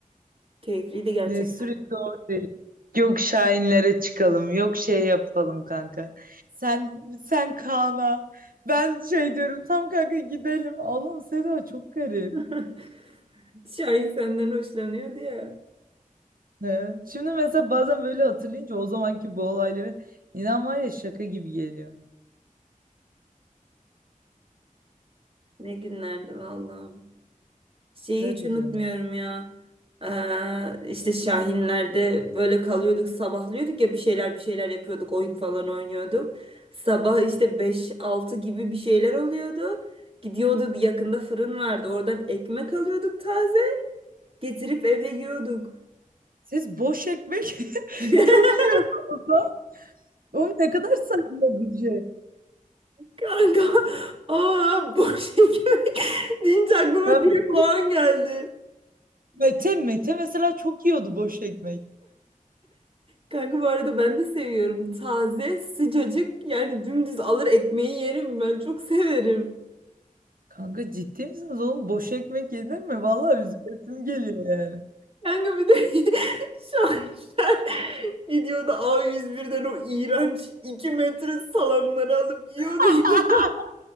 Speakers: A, on the right; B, on the right.
A: keyifliydi gerçekten.
B: Ne sürekli oradayız. Yok Şahinlere çıkalım, yok şey yapalım kanka. Sen sen Kaan'a. Ben şey diyorum tam kanka gidelim. Allah'ım Seda çok garip.
A: <laughs> Şahin senden hoşlanıyordu ya.
B: Ne? Şimdi mesela bazen böyle hatırlayınca o zamanki bu olayları inan var ya şaka gibi geliyor.
A: Ne günlerdi vallahi. Şeyi
B: Tabii
A: hiç unutmuyorum
B: canım.
A: ya. Ee, işte Şahinler'de böyle kalıyorduk, sabahlıyorduk ya bir şeyler bir şeyler yapıyorduk, oyun falan oynuyorduk. Sabah işte beş altı gibi bir şeyler oluyordu. Gidiyorduk yakında fırın vardı. Oradan ekmek alıyorduk taze. Getirip evde yiyorduk.
B: Siz boş ekmek <laughs>
A: <laughs>
B: çok yiyordunuz da. Oğlum ne kadar saçma bir şey.
A: Kanka, aa boş ekmek <laughs> deyince aklıma
B: Ben
A: direkt o an geldi.
B: Mete, Mete mesela çok yiyordu boş ekmek.
A: Kanka bu arada ben de seviyorum. Taze, sıcacık yani dümdüz alır ekmeği yerim ben. Çok severim.
B: Kanka ciddi misiniz oğlum? Boş ekmek yedin mi? Vallahi üzülesim geliyor yani.
A: Kanka bir de <laughs> şahinler gidiyordu A101'den o iğrenç 2 metre salamları alıp yiyordu
B: <laughs>
A: ya.